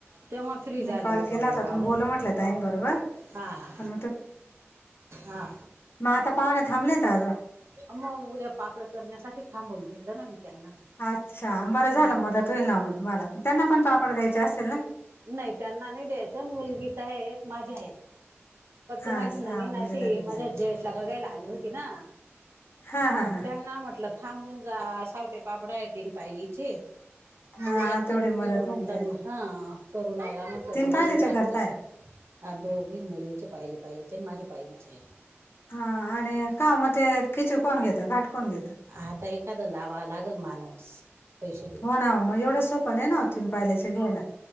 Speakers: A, on the right; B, on the left.
A: तेव्हा फ्री झाली
B: मी कॉल
A: होती
B: केला
A: मी
B: होता
A: वावरात
B: तुम्ही बोलू म्हटलं ताईं बरोबर
A: हा हा!
B: पण
A: हा!
B: म आता पाहुणे थांबलेत आज.
A: अ मग उद्या पापडं करण्यासाठी थांबून घेतलं ना मी त्यांना मग.
B: अच्छा बरं झालं
A: हां हां
B: मदत होईल नांव मं तुम्हाला, त्यांना पन पापड द्यायचे असल ना!
A: नही त्यांना नाही दयायचं, मुलगीच आहे एक, माझे आहे. फक्त
B: हा
A: माझी
B: सहा
A: ननींन
B: मुलीला
A: अशी,
B: तर द्या
A: माझ्या जेटला बघायला आली होती ना!
B: हा
A: मग
B: हा हा
A: त्यांना म्हटलं थांबून जा, सावटे पापड आहे तीन पायलीचे.
B: हा
A: उद्या करून
B: तेवढी
A: घेऊ
B: मदत
A: म्हटलं
B: होऊन जाईल
A: न मं हा करू लागा म्हटलं
B: तीन
A: जेवढे
B: पायलीचे
A: होईल बाकीच
B: करताय
A: क अ दोघी मुलींचे पायली पायलीचे, आणि माझे पायलीचे आहे.
B: हा आणि का मग ते खिची कोण घेत, घाट कोण घेत.
A: आता एखादं लावा लागल माणूस पैसे देऊन
B: हो ना ओ मं एवढं सोप नाही नां ओ तीन पायंलीचे घ्यायला.